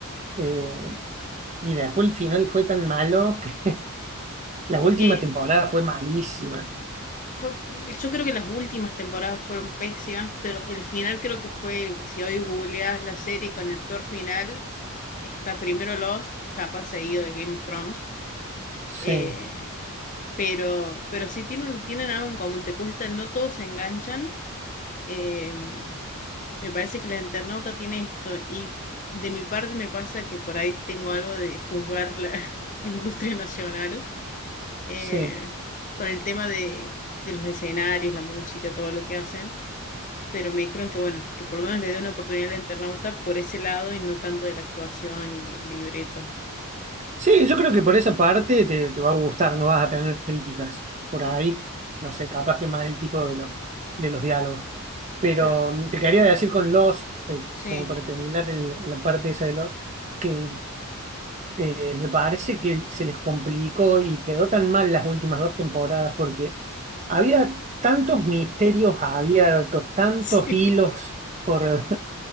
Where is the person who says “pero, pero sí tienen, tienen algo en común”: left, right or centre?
Left